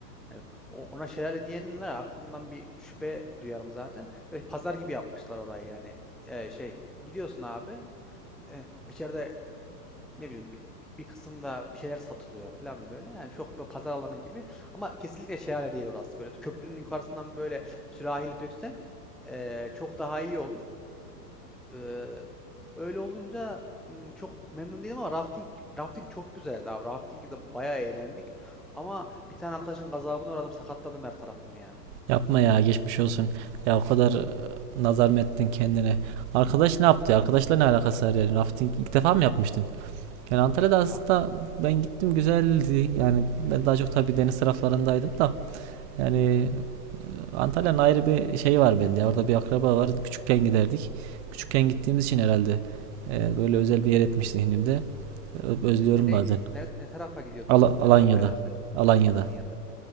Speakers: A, in the centre; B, on the right.
A: Hani o- ona şelale diyenin var ya aklımdan bir şüphe duyarım zaten. Böyle pazar gibi yapmışlar orayı yani. E, şey gidiyorsun abi e, içeride ne bileyim bir, bir kısımda bir şeyler satılıyor falan böyle. Yani çok böyle pazar alanı gibi ama kesinlikle şelale değil orası. Böyle köprünün yukarısından böyle sürahiyle döksen eee, çok daha iyi olur. Eee, öyle olunca m, çok memnun değilim ama rafting rafting çok güzeldi abi. raftingde de bayağı eğlendik. Ama bir tane arkadaşın gazabına uğradım, sakatladım her tarafımı ya.
B: Yapma ya geçmiş olsun. Ya o kadar e, nazar mı ettin kendine? Arkadaş ne yaptı ya? Arkadaşla ne alakası var yani? Rafting ilk defa mı yapmıştın? Yani Antalya'da aslında
A: Ra-
B: ben gittim güzeldi. Yani ben daha çok tabii deniz taraflarındaydım da. Yani Antalya'nın ayrı bir şeyi var bende ya. Orada bir akraba var. Küçükken giderdik. Küçükken gittiğimiz için herhalde e, böyle özel bir yer etmiş zihnimde. Ö- Özlüyorum
A: Nereye,
B: bazen.
A: nere, ne tarafa gidiyordunuz?
B: Ala- Alanya'da.
A: Ne taraftaydı arkadaşın?
B: Alanya'da.
A: Alanya'da.